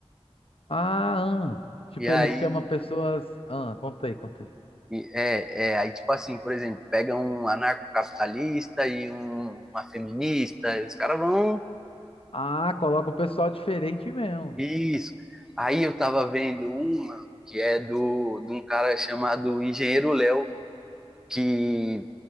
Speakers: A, on the left; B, in the centre.
A: ah. ah. Tipo,
B: E aí
A: eles chamam pessoas. Ah, conta aí, conta aí.
B: e- é, é aí tipo assim, por exemplo, pega um anarcocapitalista e um, uma feminista, e os caras vão
A: Ah, coloca o pessoal diferente mesmo.
B: isso. Aí eu tava vendo uma que é do de um cara chamado Engenheiro Léo, que